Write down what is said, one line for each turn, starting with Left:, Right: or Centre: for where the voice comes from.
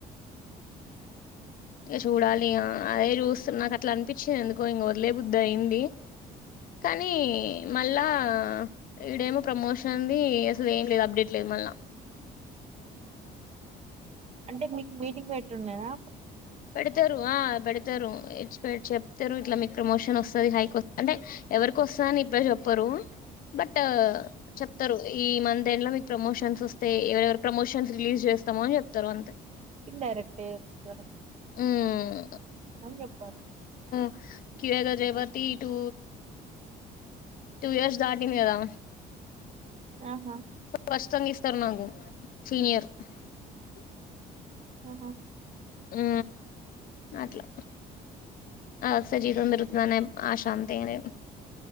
Left: ఇంక చూడాలి ఇగా అదే చూస్తు నాకు అట్లా అనిపించింది ఎందుకో ఇంక వదిలే బుద్ధి అయింది కానీ మళ్ళా ఇడేమో ప్రమోషన్ది అసలు ఏం లేదు అప్డేట్ లేదు మళ్ళా.
Right: అంటే మీకు మీటింగ్ పెట్టుండు లేదా?
Left: పడుతరు ఆ పడుతరు ఇ చెప్తారు ఇట్లా మీకు ప్రమోషన్ వస్తుంది హైకి వస్తుంది. అంటే ఎవరికి వస్తు అని ఇప్పుడే చెప్పరు, బట్ చెప్తారు ఈ మంత్ ఎండ్ లో మీకు ప్రమోషన్స్ వస్తాయి. ఎవరెవరు ప్రమోషన్స్ రిలీజ్ చేస్తామో అని చెప్తారు అంతే.
Right: ఇన్ండైరెక్ట్ <unintelligible>
Left: ఉమ్
Right: చెప్పారు
Left: <unintelligible> జయపతి ఇటూ టూ ఇయర్స్ దాటింది కదా
Right: ఆహా
Left: స్పష్టంగా ఇస్ ఇస్తారునకు సీనియర్ ఆ
Right: ఆహా
Left: ఉ అట్లా అస జీతం పేరుకుతుందనే ఆశాంతి అనే